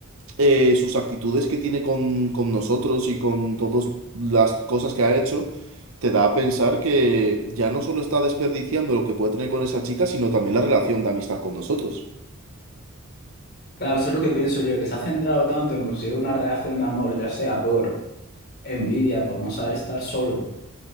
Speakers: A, on the right (about 70°); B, on the left (about 50°).
A: eh, sus actitudes que tiene con, con nosotros y con todas las cosas que ha hecho, te da a pensar que ya no solo está desperdiciando lo que puede tener con esa chica, sino también la relación de amistad con nosotros.
B: Claro, eso es lo que pienso yo, que se ha centrado tanto en conseguir una reacción de amor, ya sea por envidia, por no saber estar solo,